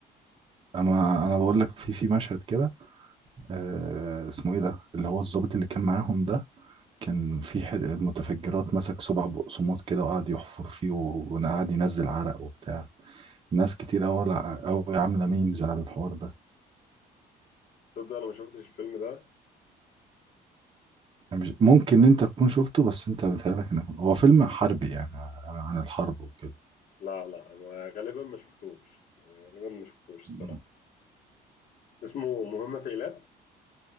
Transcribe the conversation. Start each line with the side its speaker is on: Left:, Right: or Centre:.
Right: اما انا بقول لك في في مشهد كده آه اسمه ايه ده اللي هو الضابط اللي كان معاهم ده كان في حد متفجرات مسك سبع بقسماط كده وقعد يحفر فيه وقعد ينزل عرق وبتاع ناس كتير أوي أوي عاملة ميمز على الحوار ده
Left: تصدق انا ما شفتش الفيلم ده
Right: أنا مش ممكن إن أنت تكون شفته بس أنت بتهيألك إنك هو فيلم حربي يعني عن عن الحرب وكده
Left: لا لا ما- غالبا ما شفتوش غالبا ما شفتوش الصراحة
Right: م.
Left: اسمه مهمة في إيلات